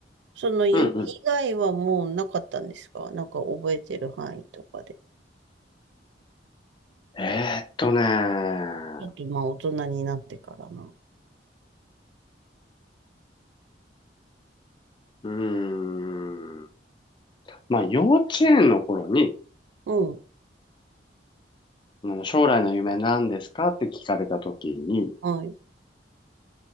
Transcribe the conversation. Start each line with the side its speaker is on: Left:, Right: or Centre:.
Right: その夢以外はもうなかったんですかなんか覚えてる範囲とかで。
Left: うん、うん。えーっとねー。
Right: あと、まあ、大人になってからな。
Left: うーん。まあ、幼稚園の頃に、
Right: うん。
Left: うん将来の夢何ですかって聞かれた時に、
Right: はい。